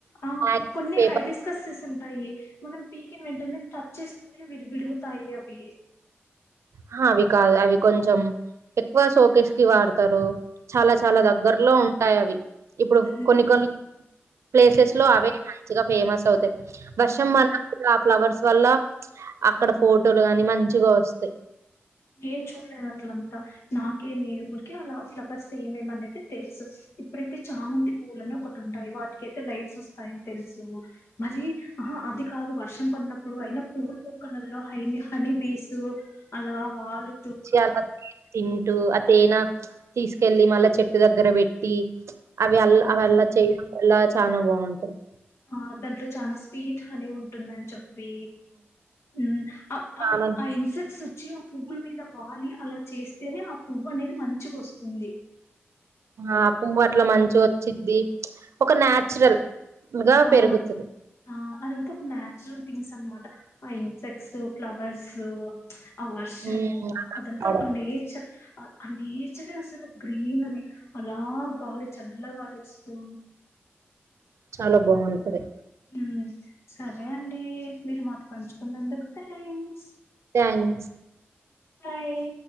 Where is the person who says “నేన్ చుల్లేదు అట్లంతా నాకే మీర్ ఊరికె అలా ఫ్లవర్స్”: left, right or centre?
Left